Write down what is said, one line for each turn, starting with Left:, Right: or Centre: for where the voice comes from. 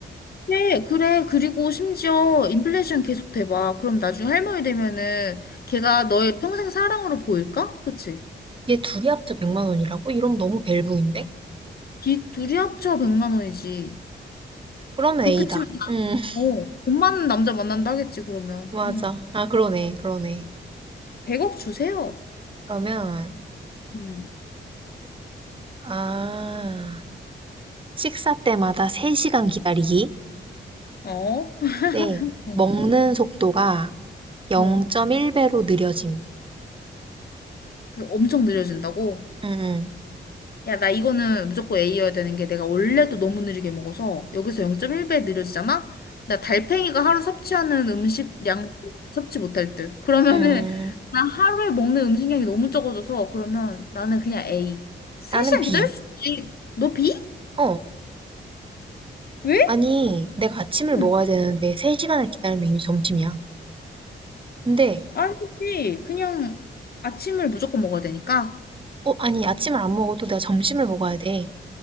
Left: 그래, 그래. 그리고 심지어 인플레이션 계속 돼봐. 그럼 나중에 할머니 되면은 걔가 너의 평생 사랑으로 보일까? 그치?
Right: 이게 둘이 합쳐 100만 원이라고? 이러면 너무 벨붕인데?
Left: 기, 둘이 합쳐 100만 원이지.
Right: 그러면
Left: 그렇게
Right: A다.
Left: 치면,
Right: 음, <laughs>
Left: 어, 돈 많은 남자 만난다 하겠지, 그러면.
Right: 맞아.
Left: 응.
Right: 아, 그러네, 그러네.
Left: 100억 주세요.
Right: 그러면,
Left: 응.
Right: 아, 식사 때마다 3시간 기다리기?
Left: 어? <laughs>
Right: 네.
Left: 어.
Right: 먹는 속도가 0.1배로
Left: 어.
Right: 느려짐.
Left: 그 엄청 느려진다고?
Right: 음, 음,
Left: 야, 나 이거는 무조건 A여야 되는 게 내가 원래도 너무 느리게 먹어서 여기서 0.1배 느려지잖아? 나 달팽이가 하루 섭취하는 음식량 섭취 못할 듯. 그러면은
Right: 음.
Left: 나 하루에 먹는 음식량이 너무 적어져서 그러면 나는 그냥 A. 3시간
Right: 나는 B.
Left: 기다릴 수 있지. 너 B?
Right: 어,
Left: 왜?
Right: 아니, 내가 아침을
Left: 응.
Right: 먹어야 되는데 3시간을 기다리면 이미 점심이야. 근데
Left: 아니지. 그냥 아침을 무조건 먹어야 되니까.
Right: 어, 아니, 아침을 안 먹어도 내가 점심을 먹어야 돼.